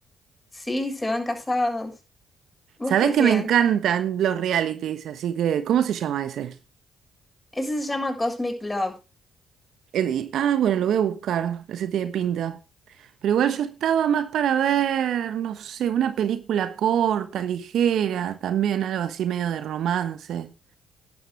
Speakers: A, on the left; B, on the right.
A: Sí, se van casados. ¿Vos
B: Sabés
A: qué hacías?
B: que me encantan los realities, así que, ¿cómo se llama ese?
A: Ese se llama Cosmic Love.
B: El- y- ah, bueno, lo voy a buscar, ese tiene pinta. Pero igual yo estaba más para ver, no sé, una película corta, ligera, también algo así medio de romance.